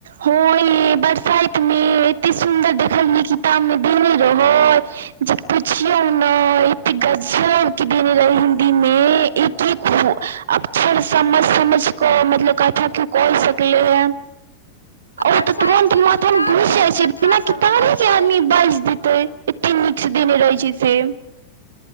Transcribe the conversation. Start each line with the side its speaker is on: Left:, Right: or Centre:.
Right: हां यै बरसाएत में एते सुंदर देखलिए किताब मे देने रहय। जे पुछियौ नै। की गजब के देने रहै हिन्दी मे एक-एक व अक्षर समझ-समझ को मतलब कथी की कोल सकैया उ।
Left: आ
Right: ओ
Left: बरसाइत
Right: तऽ तुरंत
Left: के
Right: माथा
Left: किताब
Right: मे घुस जाय
Left: जे
Right: छै,
Left: कथा
Right: बिना
Left: सब
Right: किताबे
Left: रहे छै
Right: के आदमी बाज देते। एते नीक से देने रहै छै से।